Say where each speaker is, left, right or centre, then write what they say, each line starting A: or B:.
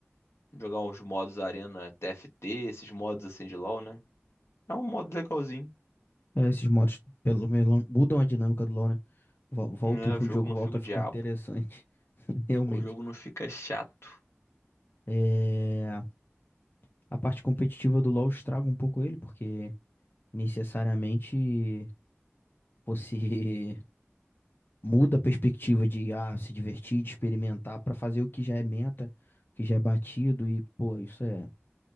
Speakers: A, on the left (about 80°); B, on the left (about 55°).
A: jogar uns modos Arena TFT, esses modos assim de LoL, né? É um modo legalzinho,
B: É, esses modos, pelo menos, mudam a dinâmica do LoL, né? Vol- Volta,
A: né?
B: o
A: O jogo
B: jogo
A: não
B: volta
A: fica o
B: a ficar
A: diabo,
B: interessante, <laughs> realmente.
A: o jogo não fica chato.
B: É, a parte competitiva do LoL estraga um pouco ele, porque necessariamente você <laughs> muda a perspectiva de ah, se divertir, de experimentar, pra fazer o que já é meta, o que já é batido, e, pô, isso é,